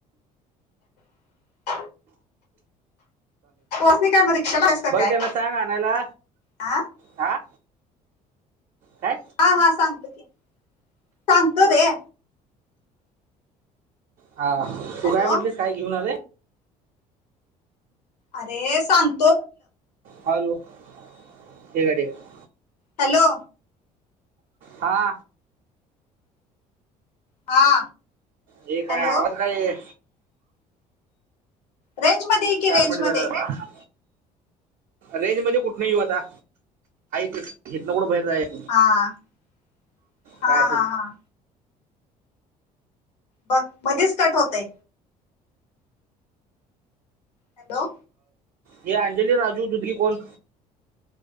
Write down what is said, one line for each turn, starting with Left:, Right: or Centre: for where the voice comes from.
Left: <inaudible> पोचली काय मग रिक्षा केलास की
Right: बघ
Left: काय
Right: त्यांना सांग आणायला
Left: हा?
Right: हा काय
Left: हा हा सांगतो की सांगतो रे.
Right: हा
Left: हॅलो
Right: तू काय म्हटलीस काय घेऊन आले?
Left: अरे सांग
Right: हॅलो ठीक आहे ठीक आहे.
Left: हॅलो.
Right: हा.
Left: हा.
Right: हे काय
Left: हॅलो
Right: आवाज काय?
Left: रेंज मध्ये की
Right: चार
Left: रेंज
Right: मिनिट
Left: मध्ये
Right: झाले आता. रेंज मध्ये कुठून
Left: हा
Right: येऊ आता ते घेत ना कुठं बाहेर जायच.
Left: हां <inaudible> हा
Right: काय असेल
Left: हां हां. बघ मध्येच कट होतय. हॅलो.
Right: हे अंजली राजूदुर्गी कोण?